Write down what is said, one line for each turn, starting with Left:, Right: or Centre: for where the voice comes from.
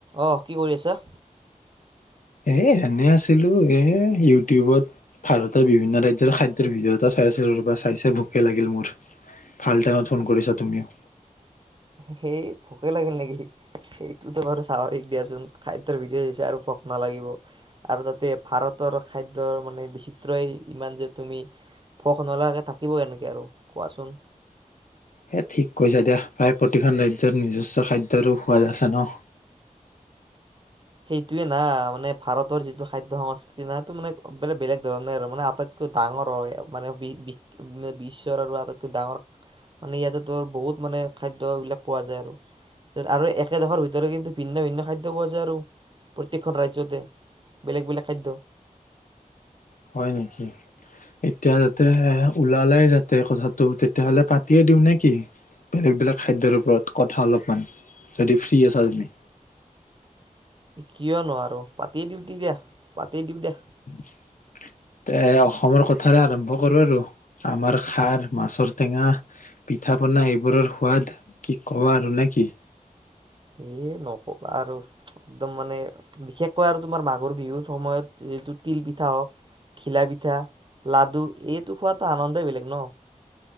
Right: অ, কি কৰি আছা?
Left: এই এনে আছিলো এ, ইউটিউবত ভাৰতৰ বিভিন্ন ৰাজ্যৰ খাদ্যৰ ভিডিঅ এটা চাই আছিলো ৰব, চাই চাই ভোকে লাগিল মোৰ। ভাল টাইমত ফোন কৰিছা তুমিও।
Right: সেই ভোকে লাগিল নেকি? সেইটোতো বাৰু স্বাভাৱিক দিয়াচোন খাদ্যৰ ভিডিঅ' চাইছা আৰু ভোক নালাগিব। আৰু তাতে ভাৰতৰ খাদ্যৰ মানে বিচিত্ৰই ইমান যে তুমি ভোক নলগাকে থাকিব এনেকে আৰু কোৱাচোন?
Left: হে ঠিক কৈছে দিয়া প্ৰায় প্ৰতিখন ৰাজ্যত নিজস্ব খাদ্যৰো সোৱাদ আছে ন।
Right: সেইটোৱে না মানে ভাৰতৰ যিটো খাদ্য সংস্কৃতি না টো মানে বেলে বেলেগ ধৰনে আৰু মানে আটাইত ডাঙৰ হয় মানে বি বি বিশ্ব আৰু আটাইতকৈ ডাঙৰ মানে ইয়াতে তোৰ বহুত মানে খাদ্যবিলাক পোৱা যায় আৰু। আৰু একেডোখৰ ভিতৰে কিন্তু ভিন্ন-ভিন্ন খাদ্য পোৱা যায় আৰু। প্ৰত্যেকখন ৰাজ্যতে বেলেগ-বেলেগ খাদ্য।
Left: হয় নেকি? এতিয়া যাতেহে ওলালে যাতে কথাটো তেতিয়াহলে পাতিয়ে দিওঁ নে কি? বেলেগ-বেলেগ খাদ্যৰ ওপৰত কথা অলপমান, যদি ফ্ৰী আছা তুমি?
Right: কিয় নোৱাৰো পাতেই দিওঁ তি দিয়া, পাতেই দিওঁ দিয়া।
Left: <inaudible> এ অসমৰ কথাৰে আৰম্ভ কৰোঁ আৰু আমাৰ খাৰ, মাছৰ টেঙা পিঠা পনা এইবোৰৰ সোৱাদ কি ক'ব আৰু! নে কি?
Right: এইয়ে নকবা আৰু একদম মানে বিশেষকৈ আৰু তোমাৰ মাঘৰ বিহুৰ সময়ত সেইটো তিল পিঠা হওক ঘিলা পিঠা, লাডু এইটো খোৱাতো আনন্দই বেলেগ ন।